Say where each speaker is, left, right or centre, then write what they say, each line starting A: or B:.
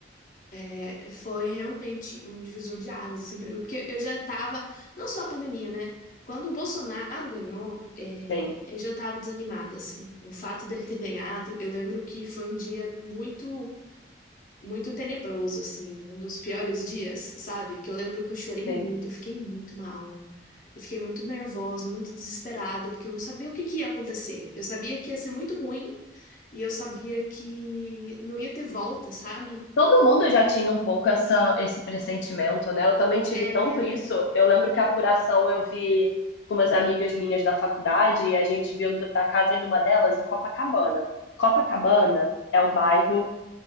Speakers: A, on the left; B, on the left.
A: eh, foi realmente um divisor de águas, assim, pra mim, porque eu já tava, não só a pandemia, né? Quando o Bolsonaro ganhou, eh,
B: sim,
A: eu já tava desanimada, assim. O fato dele ter ganhado, eu lembro que foi um dia muito, muito tenebroso, assim, um dos piores dias, sabe? Que eu lembro que eu chorei
B: sim.
A: muito, eu fiquei muito mal. Eu fiquei muito nervosa, muito desesperada, porque eu não sabia o que que ia acontecer. Eu sabia que ia ser muito ruim e eu sabia que não ia ter volta, sabe?
B: Todo mundo já tinha um pouco essa, esse pressentimento, né? Eu também tive
A: É.
B: tanto isso. Eu lembro que a apuração eu vi com umas amigas minhas da faculdade e a gente viu da da casa de uma delas em Copacabana. Copacabana é o bairro